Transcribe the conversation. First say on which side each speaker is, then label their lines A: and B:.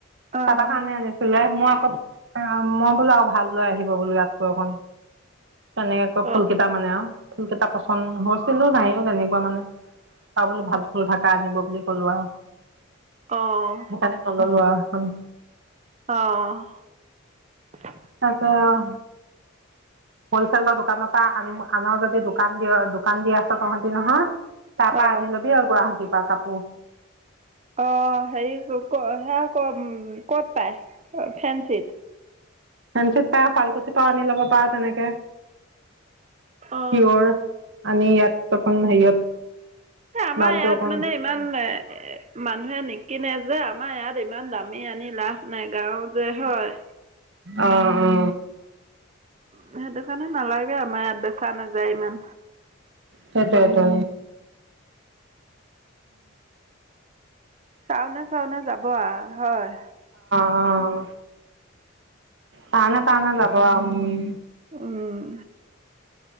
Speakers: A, on the right; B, on the right.
A: অঁ
B: কাৰবাৰ কাৰণে আনিছিলে, মই আকৌ অঁ মই বোলো আৰু ভাল লৈ আহিব বোলো ইয়াতকৈ অকন। তেনেকে কৈ ফুল
A: অঁ
B: কেইটা মানে আৰু ফুল কেইটা পচন্দ হৈছিলো নাইওঁ তেনেকে মানে পাবলৈ ভাল ফুল থাকা আনিব বুলি ক'লো আৰু। সেইকাৰণে
A: অঁ অঁ
B: নল'লো আৰু সেইখন।
A: অঁ।
B: তাকে অঁ। হলছেলৰ দোকানৰ পৰা আন আনৰ যদি দোকান দি -দোকান দি আছে তহতি নহয় তাৰ পৰা
A: অঁ
B: আনি ল'বি আৰু গুৱাহাটীৰ পৰা কাপোৰ।
A: অঁ হেৰি সেয়া ক ক'ত পায়, ফেন্ঞ্চিত।
B: ফেঞ্চিত পাই শুৱালকুছি পাওঁ আনি ল'ব পাৰ তেনেকে।
A: অ
B: পিয়ৰ, আনি ইয়াত তখন হেৰিয়ত
A: এ আমাৰ
B: দামটো
A: ইয়াত
B: অকণ
A: মানে ইমান এ মানুহে নে কিনে যে আমাৰ ইয়াত ইমান দামী আনি লাভ নাই গাঁও যে হয়।
B: অ অ
A: সেইটো কাৰণে নালাগে আমাৰ ইয়াত। চোৱা নাযায় ইমান।
B: সেইটোৱেটো।
A: টাউনে-চাওনে যাব আৰু হয়।
B: অঁ তাউনে তাওনে যাব আৰু উম্।
A: উম।